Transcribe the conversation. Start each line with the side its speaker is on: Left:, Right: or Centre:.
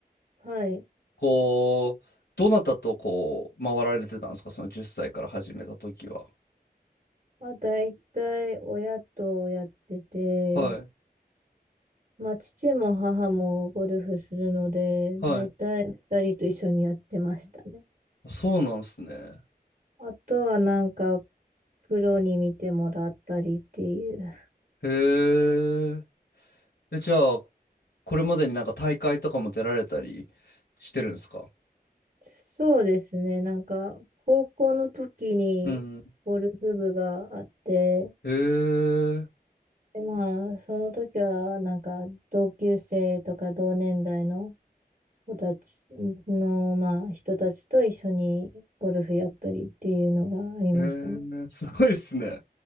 Right: はい。
Left: こう、どなたとこう、回られてたんですかその10歳から始めた時は。
Right: まあ、大体、親とやってて、
Left: はい。
Right: まあ、父も母もゴルフするので、
Left: はい。
Right: 大体二人と一緒にやってましたね。
Left: そうなんですね。
Right: あとは、なんか、プロに見てもらったりっていう、
Left: へえ。え、じゃあ、これまでになんか大会とかも出られたりしてるんですか
Right: そうですね。なんか、高校の時にゴルフ部があって、
Left: うん。へえ。
Right: で、まあ、その時は、なんか、同級生とか同年代の子たちの、まあ、人たちと一緒にゴルフやったりっていうのがありましたね。
Left: へえ。すごいっすね。